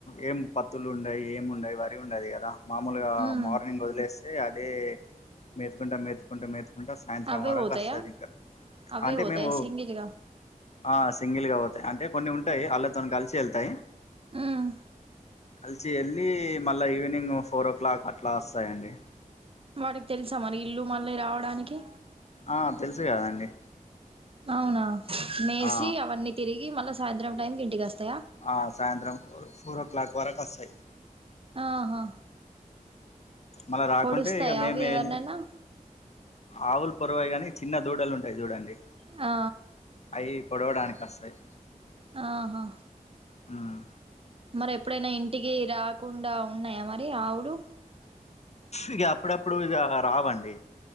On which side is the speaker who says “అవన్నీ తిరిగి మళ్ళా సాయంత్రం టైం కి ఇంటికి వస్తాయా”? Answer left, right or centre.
Right